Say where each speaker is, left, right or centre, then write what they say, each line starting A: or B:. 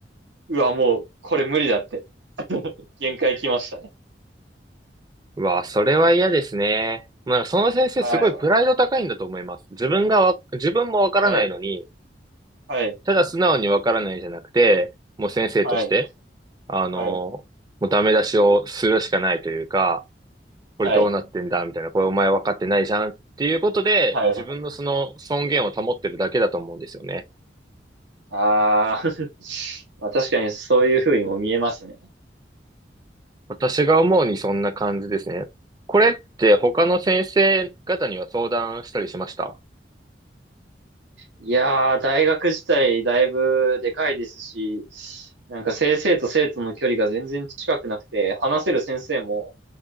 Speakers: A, on the right; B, on the right.
A: うわ、もうこれ無理だって限界来ましたね。
B: うわ、それは嫌ですね。まあ、その先生すごいプライド高いんだと思います。
A: はい。
B: 自分がわ、自分も分からないのに、
A: はい。はい。
B: ただ素直にわからないじゃなくて、もう先生として、
A: はい。
B: あの、
A: はい。
B: もうダメ出しをするしかないというか、これどうなってんだみたいな、
A: はい。
B: これお前分かってないじゃんっていうことで、
A: はい。
B: 自分のその尊厳を保ってるだけだと思うんですよね。
A: ああ。<laughs> まあ確かにそういう風にも見えますね。
B: 私が思うにそんな感じですね。これって他の先生方には相談したりしました
A: いやー、大学自体だいぶでかいですし、なんか先生と生徒の距離が全然近くなくて、話せる先生も